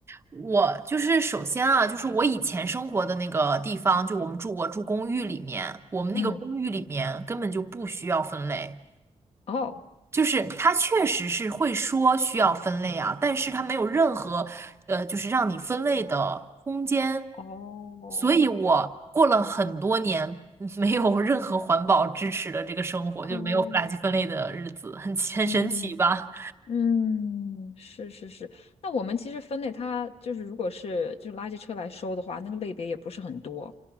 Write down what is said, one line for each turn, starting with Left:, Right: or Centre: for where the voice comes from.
Right: 我就是首先啊，就是我以前生活的那个地方，就我们住我住公寓里面，我们那个公寓里面根本就不需要分类，
Left: 嗯，哦，
Right: 就是它确实是会说需要分类啊，但是它没有任何呃，就是让你分类的空间，
Left: 哦，
Right: 所以我过了很多年没有任何环保支持的这个生活，
Left: 哦，
Right: 就没有垃圾分类的日子，很很神奇吧？
Left: 嗯。嗯，是是是。那我们其实分类它就是，如果是就垃圾车来收的话，那个类别也不是很多。